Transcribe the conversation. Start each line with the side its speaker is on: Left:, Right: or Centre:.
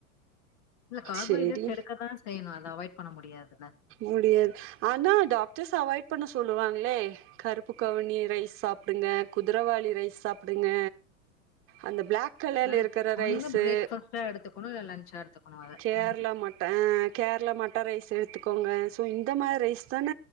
Left: இல்ல கார்போஹைட்ரேட்ஸ்
Right: சேரி
Left: எடுக்கதா செய்ணு அத அவாய்ட் பண்ண முடியாதுல்ல
Right: முடியாது ஆனா டாக்டர்ஸ் அவாய்ட் பண்ண சொல்லுவாங்களே கருப்பு கவுனி ரைஸ் சாப்டுங்க குதிரவாலி ரைஸ் சாப்டுங்க அந்த பிளாக் கலர்ல
Left: அதனால
Right: இருக்குற
Left: ஒண்ணு
Right: ரைஸு
Left: பிரேக்ஃபாஸ்ட்டா எடுத்துக்கணும், இல்ல லன்ச்சா எடுத்துக்கணும் அத.
Right: கேரளா
Left: ம்.
Right: மட்ட அ கேரளா மட்ட ரைஸ் எடுத்துக்கோங்க சோ இந்த மார் ரைஸ் தான